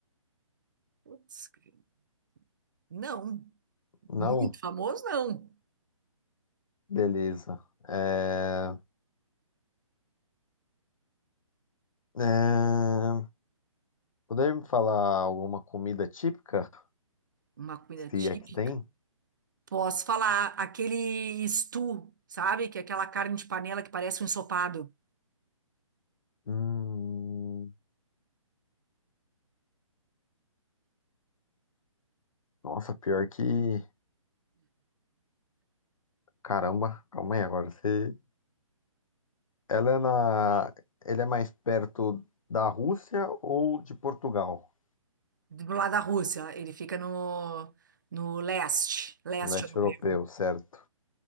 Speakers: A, on the right; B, on the left.
A: Putz, grilo. não.
B: Não?
A: Muito famoso, não.
B: Beleza. É... É, Poderia me falar alguma comida típica?
A: Uma comida
B: Se
A: típica.
B: é que tem?
A: Posso falar aquele stew, sabe? Que é aquela carne de panela que parece um ensopado
B: Hum, nossa, pior que. Caramba, calma aí agora. Você... Ela é na. Ele é mais perto da Rússia ou de Portugal?
A: do lado da Rússia. Ele fica no, no leste, leste
B: Leste
A: europeu.
B: europeu, certo?